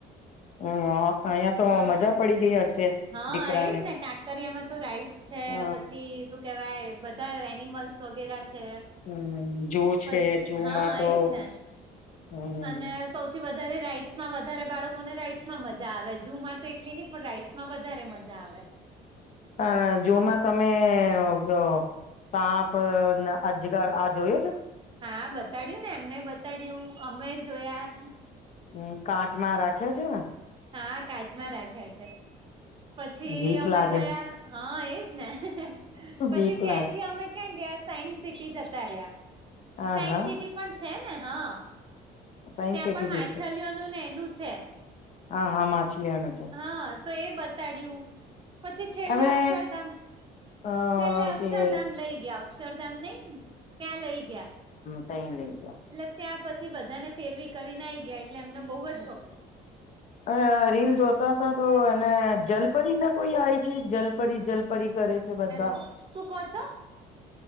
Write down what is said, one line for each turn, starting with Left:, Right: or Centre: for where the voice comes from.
Left: હ અહિયાયા તો
Right: હા.
Left: મજા પડી ગઈ હશે?
Right: હા
Left: દીકરાને
Right: એજ ને કાંકરિયામાં તો રાઈટ્સ છે
Left: હ
Right: પછી- - પછી શું કેવાય બધા એનિમલ્સ વગેરે છે.
Left: હમ જુ
Right: પછી
Left: છે જુમાં
Right: હા
Left: તો
Right: એજ ને
Left: હમ
Right: અને સૌ- - વધારે રાઈડ્સમાં વધારે બાળકોને રાઈડ્સમાં મજા આવે ઝૂ માં તો એટલી નહી પણ રાઈડ્સ માં વધારે મજા આવે.
Left: પણ ઝૂ માં તમે- - <inaudible> સાપ અજગર આ જોયએ તો- -
Right: હા બતાડ્યું ને એમને બતાડ્યું અમે જોયા- -
Left: હમ કાચમાં રાખ્યા છે ને?
Right: હા કાચમાં રાખ્યા છે. પછી
Left: વીક
Right: અમે
Left: લાગે
Right: ગયા હા એજ ને- - પછી
Left: વીક
Right: ત્યાંથી
Left: લાગે
Right: અમે ક્યાં ગયા સાયન્સ સિટી જતા રહ્યા.
Left: હ
Right: સાયન્સ
Left: હા.
Right: સિટી પણ છે ને હા
Left: સાયન્સ
Right: ત્યાં
Left: સિટી
Right: પણ માછલીઓનું
Left: બી છે.
Right: ને એનું છે.
Left: હા હા માછલી નું છે.
Right: હા તો એ બતાડ યુ પછી છેલ્લે
Left: હવે
Right: અક્ષરધામ- -
Left: અ
Right: છેલ્લે અક્ષરધામ
Left: એ
Right: લઈ ગયા અક્ષરધામ નઈ ત્યાં લઈ ગયા.
Left: ત લઈ ગયા.
Right: એટલે ત્યાં પછી બધાને ફેરવી કરી ને આઈગયા એટલે એમને બહુ જ ગમ્યું.
Left: અ રીલ જોતા હતા તો એને જલપરીને કોઈ આવે છે જલપરી જલપરી કરે. છે બધા
Right: હેલો શું કહો છો?